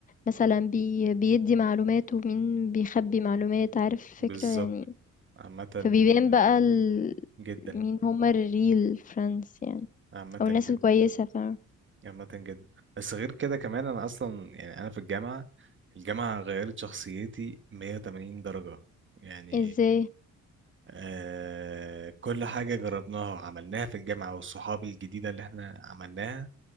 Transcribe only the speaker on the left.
مثلا بي بيدي معلومات ومين بيخبي معلومات عارف الفكرة
يعني
فبيبان بقى ال...
مين هما الريل فريندز يعني
او الناس
الكويسة فاهم
ازاي